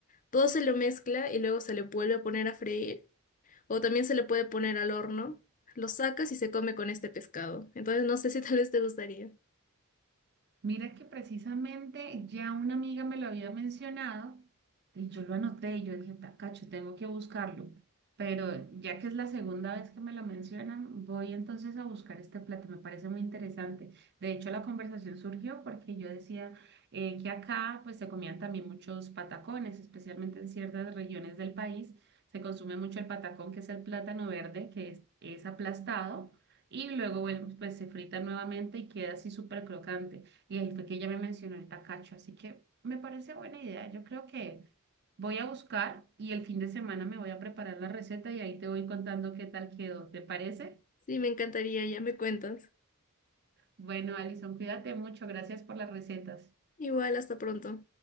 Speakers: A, on the left; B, on the right.
A: Todo se lo mezcla y luego se le vuelve a poner a freír o también se le puede poner al horno. Lo sacas y se come con este pescado. Entonces no sé si tal vez te gustaría.
B: Mira que precisamente ya una amiga me lo había mencionado y yo lo anoté y yo dije, tacacho, tengo que buscarlo. Pero ya que es la segunda vez que me lo mencionan, voy entonces a buscar este plato. Me parece muy interesante. De hecho, la conversación surgió porque yo decía eh, que acá pues se comían también muchos patacones, especialmente en ciertas regiones del país. Se consume mucho el patacón, que es el plátano verde, que es, es aplastado y luego, bueno, pues se frita nuevamente y queda así súper crocante. Y ahí fue que ella me mencionó el tacacho, así que me parece buena idea. Yo creo que voy a buscar y el fin de semana me voy a preparar la receta y ahí te voy contando qué tal quedó. ¿Te parece?
A: Sí, me encantaría, ya me cuentas.
B: Bueno, Alison, cuídate mucho. Gracias por las recetas.
A: Igual, hasta pronto.